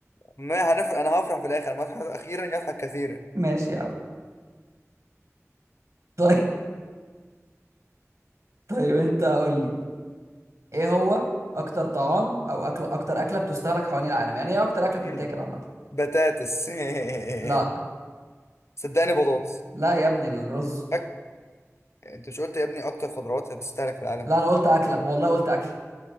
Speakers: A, on the left; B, on the right.
A: ما هنف... انا هفرح في الاخر ما اضحك اخيرا يضحك كثيرا
B: ماشي يا عم <laughs> طيب طيب انت قول لي ايه هو اكتر طعام او اكل اكتر اكله بتستهلك حوالين العالم يعني ايه اكتر اكله بتتاكل
A: مم.
B: عامه
A: بطاطس <laughs>
B: لا
A: صدقني بطاطس
B: لا يا ابني الرز
A: فك انت مش قلت يا ابني اكتر خضروات هتستهلك في العالم
B: لا انا قلت اكله والله قلت اكله